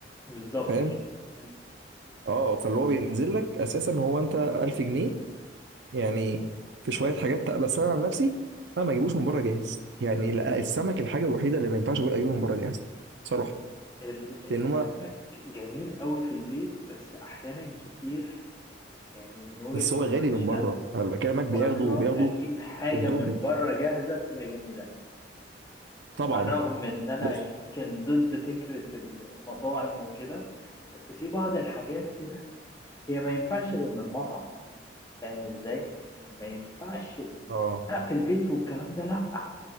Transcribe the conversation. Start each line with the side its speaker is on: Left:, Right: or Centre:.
Left: بالظبط
Right: أنت فاهم
Left: كده
Right: اه فاللي هو بينزل لك اساسا هو انت 1000 جنيه يعني في شويه حاجات بس انا عن نفسي انا ما اجيبوش من بره جاهز يعني لا السمك الحاجه الوحيده اللي ما ينفعش أقول اجيبه من بره جاهز صراحه
Left: ال-
Right: لان
Left: السمك
Right: هما
Left: جميل قوي في البيت بس احيانا كتير يعني من وجهة
Right: بس هو
Left: نظري
Right: غالي من
Left: لا
Right: بره انا بكلمك بياخدوا
Left: بره
Right: بياخدوا
Left: اجيب حاجة
Right: الدبل
Left: من بره جاهزة بتبقى جميلة
Right: طبعا
Left: على الرغم من ان انا
Right: بس
Left: يمكن ضد فكرة ال- المطاعم وكده بس في بعض الحاجات كده هي ما ينفعش غير من مطعم فاهم ازاي ما ينفعش
Right: اه
Left: لا في البيت والكلام ده لا